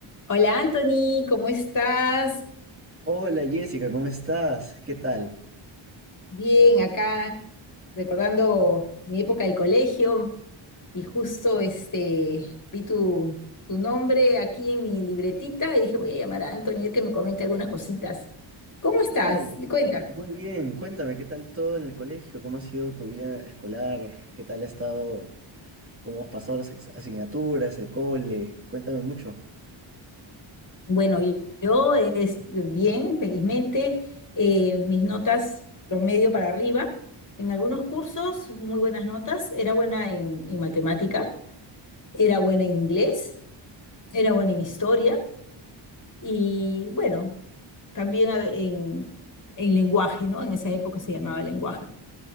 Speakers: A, on the left; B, on the right.
A: Hola Anthony, ¿cómo estás?
B: Hola Jessica, ¿cómo estás? ¿Qué tal?
A: Bien, acá recordando mi época del colegio y justo este vi tu, tu nombre aquí en mi libretita y dije voy a llamar a Anthony a ver que me comente algunas cositas. ¿Cómo estás?
B: Ay,
A: Cuéntame.
B: muy bien. Cuéntame, ¿qué tal todo en el colegio? ¿Cómo ha sido tu vida escolar? ¿Qué tal ha estado? ¿Cómo has pasado las ex- asignaturas, el cole? Cuéntame mucho.
A: Bueno, y- yo este, bien, felizmente, eh, mis notas promedio para arriba. En algunos cursos, muy buenas notas. Era buena en en matemática, era buena en inglés, era buena en historia. y bueno, también a- en, en lenguaje, ¿no? En esa época se llamaba lenguaje.